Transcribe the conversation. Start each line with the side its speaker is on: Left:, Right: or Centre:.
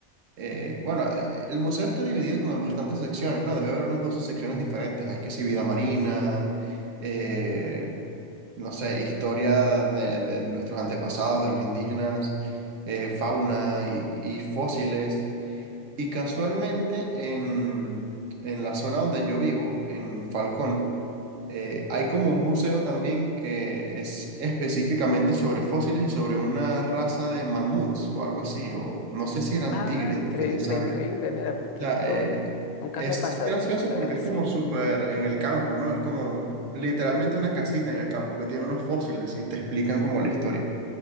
Right: Eh, bueno, a- el museo está dividido como en bastantes secciones, ¿no? Debe haber unas 12 secciones diferentes. Hay que si vida marina, eh, no sé, historia de, de nuestros antepasados, de los indígenas, eh, fauna y y fósiles. Y casualmente en, en la zona donde yo vivo, en Falcón, eh, hay como un museo también que es específicamente sobre fósiles y sobre una raza de mamuts o algo así, o no sé si eran
Left: Ah,
Right: tigres,
Left: increíble,
Right: dientes de sable.
Left: increíble, mira, porque
Right: O sea,
Left: yo
Right: eh,
Left: n- nunca
Right: es
Left: me he pasado
Right: gracioso
Left: con un lagar
Right: porque
Left: así.
Right: es como súper en el campo, ¿no? Es como literalmente una casita en el campo que tiene unos fósiles y te explican como la historia.